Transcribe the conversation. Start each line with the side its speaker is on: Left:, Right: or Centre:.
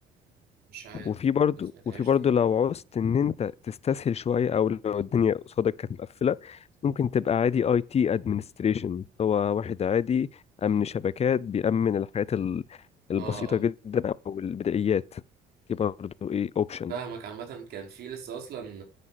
Right: مش عارف
Left: وفي برضو
Right: ما سمعتهاش
Left: وفي برضو
Right: دي
Left: لو عوزت ان انت تستسهل شويه او لو الدنيا قصادك كانت مقفله ممكن تبقى عادي اي تي ادمنستريشن هو واحد عادي امن شبكات بيأمن الحاجات ال- البسيطه
Right: اه اه
Left: جدا او البدائيات دي برضو ايه اوبشن
Right: فاهمك عامة كان في لسه اصلا